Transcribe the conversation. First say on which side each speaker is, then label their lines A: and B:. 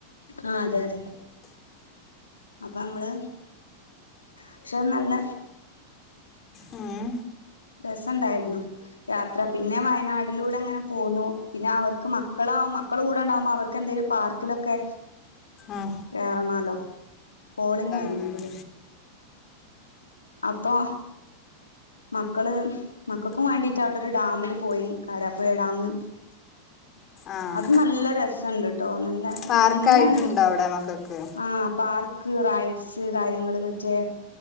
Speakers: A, on the left; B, on the left.
A: ആഹ് അതെ അതെ. അപ്പൊ അമ്മള് പക്ഷെ നല്ല
B: ഉം.
A: രസ ഇണ്ടായിരുന്നു. യാത്ര പിന്നെ വയനാടിലൂടെ അങ്ങനെ പോന്നുന പിന്നെ അവർക്ക് മക്കളാവും മക്കള് കൂടെ ഉണ്ടാവുമ്പോ അവർക്ക് എന്തേലും പാർക്കിലൊക്കെ
B: ആഹ്.
A: കേറണാല്ലോ കോളിങ്ങ് വരുന്നുണ്ട്‌
B: അതാണ്
A: ലെ. അപ്പോ മക്കള് മക്കക്കും വേണ്ടിട്ട് അവിടെ ഒരു ഡാമില് പോയി കാരാപ്പുഴ ഡാമ്.
B: ആഹ്
A: അത് നല്ല രസണ്ട് ട്ടോ നല്ല
B: പാർക്കായിട്ടുണ്ടോ
A: ഈവനിങ്ങിലാണ്
B: അവിടെ മക്കൾക്ക്
A: ആഹ് പാർ ക്ക് റൈഡ്സ് കാര്യങ്ങള് മറ്റേ